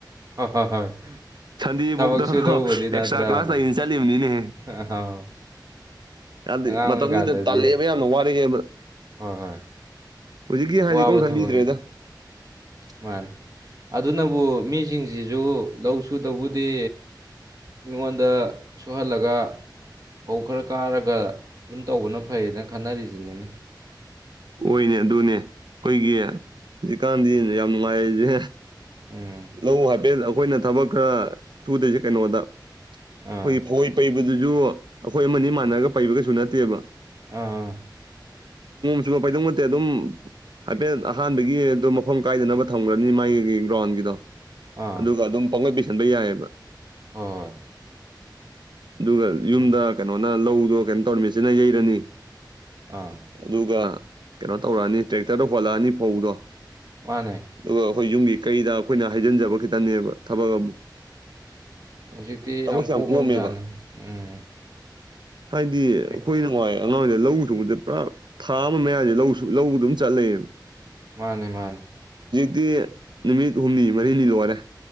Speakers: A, on the right; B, on the right.
A: ꯑ ꯍꯣ ꯍꯣꯏ
B: ꯁꯟꯗꯤꯒꯤ
A: ꯊꯕꯛ
B: ꯕꯨꯛꯇꯣ
A: ꯁꯨꯗꯧꯕꯗꯤ
B: ꯑꯦꯛꯁꯇ꯭ꯔꯥ
A: ꯅꯠꯇ꯭ꯔꯅ
B: ꯀ꯭ꯂꯥꯁ ꯂꯩꯅ ꯆꯠꯂꯤꯕꯅꯤꯅꯦꯍ
A: ꯑꯧ
B: ꯌꯥꯗꯗꯤ
A: ꯑꯉꯥꯡ
B: ꯃꯇꯝꯗꯨꯗ
A: ꯑꯣꯏꯔꯤꯀꯥꯟꯗꯗꯤ
B: ꯇꯥꯜꯂꯛꯑꯦꯕ ꯌꯥꯝꯅ ꯋꯥꯔꯛꯑꯦꯕ
A: ꯍꯣꯏ ꯍꯣꯏ
B: ꯍꯧꯖꯤꯛꯀꯤ ꯍꯥꯏꯗꯤ
A: ꯋꯥꯕ
B: ꯀꯝ ꯈꯟꯕꯤꯗ꯭ꯔꯦꯗ
A: ꯊꯕꯛꯅꯤꯗ ꯃꯥꯅꯤ ꯑꯗꯨꯅꯕꯨ ꯃꯤꯁꯤꯡꯁꯤꯁꯨ ꯂꯧ ꯁꯨꯗꯧꯕꯗꯤ ꯃꯤꯉꯣꯟꯗ ꯁꯨꯍꯜꯂꯒ ꯍꯧ ꯈꯔ ꯀꯥꯔꯒ ꯑꯗꯨꯝ ꯇꯧꯕꯅ ꯐꯩꯌꯦꯅ ꯈꯟꯅꯔꯤꯁꯤꯅꯦꯅꯦ
B: ꯑꯣꯏꯅꯦ ꯑꯗꯨꯅꯦ ꯑꯩꯈꯣꯏꯒꯤ ꯍꯧꯖꯤꯛꯀꯥꯟꯗꯤ ꯌꯥꯝ ꯅꯨꯡꯉꯥꯏꯁꯦ
A: ꯎꯝ
B: ꯂꯧ ꯍꯥꯏꯐꯦꯠ ꯑꯩꯈꯣꯏꯅ ꯊꯕꯛ ꯈꯔ ꯁꯨꯗꯣꯏꯁꯦ ꯀꯩꯅꯣꯗ ꯑꯩꯈꯣꯏꯒꯤ
A: ꯑꯥ
B: ꯐꯋꯥꯏ ꯄꯩꯕꯗꯨꯁꯨ ꯑꯩꯈꯣꯏ ꯑꯃꯅꯤ ꯃꯥꯟꯅꯔꯒ ꯄꯩꯕ ꯀꯩꯁꯨ ꯅꯠꯇꯦꯕ
A: ꯑꯥ
B: ꯑ ꯄꯩꯗꯧ ꯅꯠꯇꯦ ꯑꯗꯨꯝ ꯍꯥꯏꯐꯦꯠ ꯑꯍꯥꯟꯕꯒꯤꯗꯣ ꯃꯐꯝ ꯀꯥꯏꯗꯅꯕ ꯊꯝꯈ꯭ꯔꯅꯤ ꯃꯥꯒꯤꯒꯤ ꯒ꯭ꯔꯥꯎꯟꯒꯤꯗꯣ
A: ꯑꯥ
B: ꯑꯗꯨꯒ ꯑꯗꯨꯝ ꯄꯥꯡꯒꯠ ꯄꯁꯤꯟꯕ ꯌꯥꯏꯑꯕ
A: ꯍꯣꯏ
B: ꯑꯗꯨꯒ
A: ꯍꯣꯏ
B: ꯌꯨꯝꯗ
A: ꯑꯗꯨ-
B: ꯀꯩꯅꯣꯅ ꯂꯧꯗꯣ ꯀꯩꯅꯣ ꯇꯧꯔꯃꯤꯁꯤꯅ ꯌꯩꯔꯅꯤ
A: ꯑꯥ
B: ꯑꯗꯨꯒ ꯀꯩꯅꯣ ꯇꯧꯔꯛꯑꯅꯤ ꯇ꯭ꯔꯦꯛꯇꯔꯗ ꯍꯣꯜꯂꯛꯑꯅꯤ ꯐꯧꯗꯣ
A: ꯃꯥꯅꯦ
B: ꯑꯗꯨꯒ ꯑꯩꯈꯣꯏ ꯌꯨꯝꯒꯤ ꯀꯩꯗ ꯑꯩꯈꯣꯏꯅ ꯍꯥꯏꯖꯤꯟꯖꯕ ꯈꯤꯇꯅꯦꯕ ꯊꯕꯛ ꯑꯃꯨꯛ
A: ꯍꯧꯖꯤꯛꯇꯤ
B: ꯊꯕꯛꯁꯦ
A: ꯌꯥꯝ ꯀꯣꯝꯕ
B: ꯀꯣꯝꯃꯦꯕ
A: ꯃꯖꯥꯠꯅꯦ ꯎꯝ
B: ꯍꯥꯏꯗꯤ ꯑꯩꯈꯣꯏꯅ
A: ꯃꯦ-
B: ꯍꯏ ꯑꯉꯥꯡꯩꯗ ꯂꯧ ꯁꯨꯕꯗ ꯄꯨꯔꯥ ꯑꯥꯝꯕ ꯃꯌꯥꯝꯁꯦ ꯂꯧꯁꯨ ꯂꯧ ꯑꯗꯨꯝ ꯆꯠꯂꯦꯕ
A: ꯃꯥꯅꯦ ꯃꯥꯅꯦ
B: ꯤ ꯅꯨꯃꯤꯠ ꯍꯨꯝꯅꯤ ꯃꯔꯤꯅꯤ ꯂꯣꯏꯔꯦ